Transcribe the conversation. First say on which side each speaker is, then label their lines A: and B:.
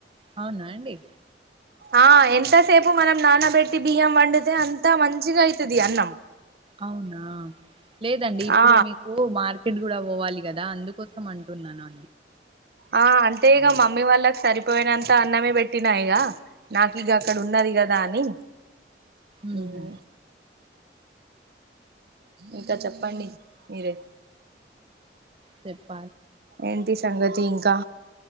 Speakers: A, on the right; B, on the right.
A: అవునా అండి
B: ఆ ఎంతసేపు మనం నానబెట్టి బియ్యం వండితే అంతా మంచిగా అయితది అన్నం
A: అవునా లేదండి ఇప్పుడు
B: ఆ
A: మీకు మార్కెట్ కూడా పోవాలి గదా అందుకోసం అంటున్నాను
B: ఆ అంటే ఇగ మమ్మీ వాళ్ళకి సరిపోయినంత అన్నమే పెట్టిన ఇగ నాకు ఇగ అక్కడ ఉన్నది కదా అని
A: ఉహు
B: ఉం ఇంక చెప్పండి మీరే
A: చెప్పు
B: ఏంటి సంగతి ఇంకా